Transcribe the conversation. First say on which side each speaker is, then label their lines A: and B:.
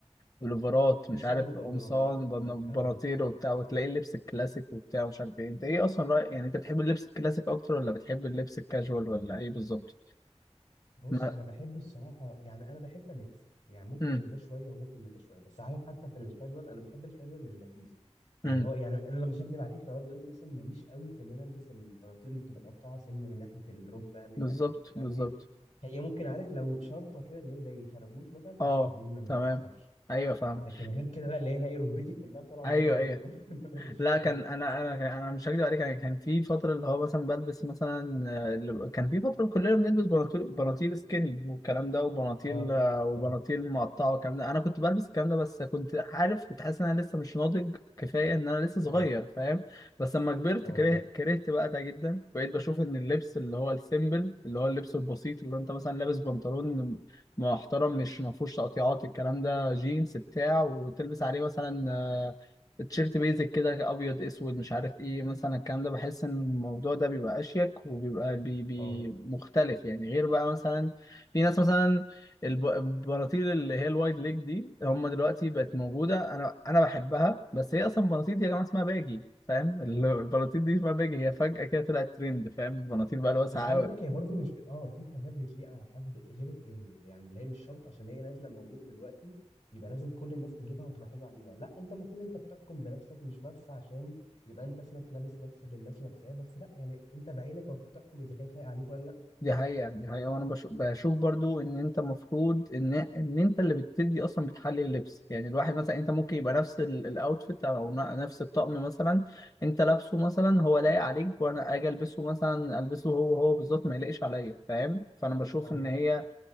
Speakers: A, on the left; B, on the left.
A: بلوفرات
B: قمصان
A: مش عارف
B: وبنطلونات
A: قمصان
B: و-
A: بن-
B: او الكلام
A: بناطيل
B: ده
A: وبتاع وتلاقي اللبس الكلاسيك وبتاع ومش عارف ايه انت ايه اصلا رأيك يعني انت بتحب اللبس الكلاسيك اكتر ولا بتحب اللبس الكاجوال ولا ايه بالظبط
B: بص
A: ما
B: انا بحب الصراحه يعني انا بحب ميكس يعني ممكن
A: امم
B: من ده شويه وممكن من ده شويه بس عارف حتى في الكاجوال انا بحب الكاجوال اللذيذ اللي
A: امم
B: هو يعني انا لو مش هكدب عليك لو دلوقتي مثلا ماليش قوي في ان انا البس البناطيل اللي بتبقى مقطعه سنه من ناحيه الركبه من
A: بالظبط
B: ناحيه مش عارف
A: بالظبط
B: ايه هي ممكن عارف لو شرطه كده اللي هي زي خربوش مثلا
A: اه
B: قشطه دي ما ما
A: تمام
B: تاثرش
A: ايوه فاهم
B: لكن غير كده بقى اللي هي الاقي ركبتي كلها طالعه
A: ايوه
B: بره البنطلون
A: ايوه
B: <laughs> انا ماليش
A: لا
B: في كده
A: كان
B: خالص
A: انا انا انا مش هكدب عليك يعني كان في فتره اللي هو مثلا بلبس مثلا آه، اللي- كان في فتره كلنا بنلبس بناطيل بناطيل سكيني والكلام ده وبناطيل
B: اه
A: آه، وبناطيل
B: اه
A: مقطعه والكلام ده انا كنت بلبس الكلام ده بس كنت عارف كنت حاسس ان انا لسه مش ناضج كفايه ان انا لسه
B: اه
A: صغير فاهم بس لما كبرت
B: اه
A: كره...
B: اه
A: كرهت بقى ده جدا بقيت بشوف ان اللبس اللي هو السيمبل اللي هو اللبس البسيط اللي انت مثلا لابس بنطلون محترم مش ما فيهوش تقطيعات الكلام ده جينز بتاع وتلبس عليه مثلا آه، تيشيرت بيزك كده ابيض اسود مش عارف ايه مثلا الكلام ده بحس ان الموضوع ده بيبقى اشيك وبيبقى بي بي
B: اه
A: مختلف يعني غير بقى مثلا في ناس مثلا الب- البناطيل اللي هي الوايد ليج دي هم دلوقتي بقت موجوده انا انا بحبها بس هي اصلا البناطيل دي يا جماعه اسمها باجي فاهم ال- البناطيل دي اسمها باجي هي فجاه كده طلعت ترند فاهم البناطيل بقى الواسعه
B: بس خلي بالك هي برضو مش ب... اه في حاجات بتليق على حد غير التاني يعني اللي هي مش شرط عشان هي نازله موجوده دلوقتي يبقى لازم كل الناس تجيبها وتبقى حلوه عليها لا انت المفروض انت بتحكم بنفسك مش بس عشان يبقى انت اسمك لابس نفس اللي الناس لابساه بس لا يعني انت بعينك المفروض تحكم اذا كانت لايقه عليك ولا لا
A: دي حقيقة دي حقيقة وأنا بش- بشوف برضو إن أنت المفروض إن إن أنت اللي بتدي أصلا بتحلي اللبس يعني الواحد مثلا أنت ممكن يبقى نفس ال- الأوتفيت أو ن- نفس الطقم مثلا أنت لابسه مثلا هو لايق عليك وأنا أجي ألبسه مثلا ألبسه هو هو بالظبط ما يلاقيش عليا فاهم فأنا بشوف
B: اه
A: إن هي